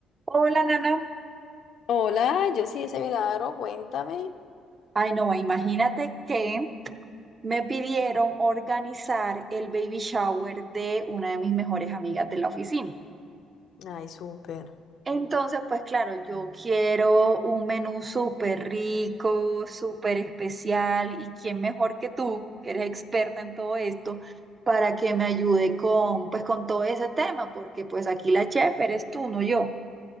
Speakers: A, on the right; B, on the left.
A: Hola, Nana.
B: Hola, yo sí, ese milagro, cuéntame.
A: Ay, no, imagínate que me pidieron organizar el baby shower de una de mis mejores amigas de la oficina.
B: Ay, súper.
A: Entonces, pues claro, yo quiero un menú súper rico, súper especial, y quién mejor que tú, que eres experta en todo esto, para que me ayude con, pues, con todo ese tema, porque pues aquí la chef eres tú, no yo.